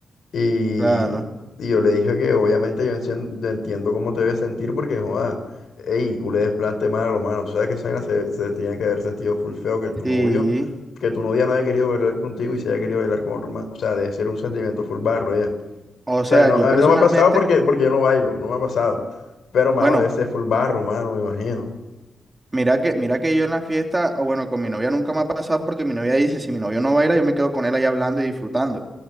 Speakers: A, on the left; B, on the right.
A: Y,
B: Claro.
A: y yo le dije que obviamente yo, encien- yo entiendo cómo te debes sentir porque, joda, ey, culé desplante malo, mano. Tú sabes que esa vaina se, se tiene que haber sentido full feo que tu
B: Sí.
A: novio, que tu novia no haya querido bailar contigo y se haya querido bailar con otro man. O sea, debe ser un sentimiento full barro ya.
B: O
A: O
B: sea,
A: sea, a mí no,
B: yo
A: a
B: personalmente,
A: mí no me ha pasado porque, porque yo no bailo, no me ha pasado. Pero, mano,
B: bueno,
A: debe ser full barro, mano, me imagino.
B: Mira que, mira que yo en la fiesta, o bueno, con mi novia nunca me ha pasado porque mi novia dice, si mi novio no baila, yo me quedo con él ahí hablando y disfrutando. O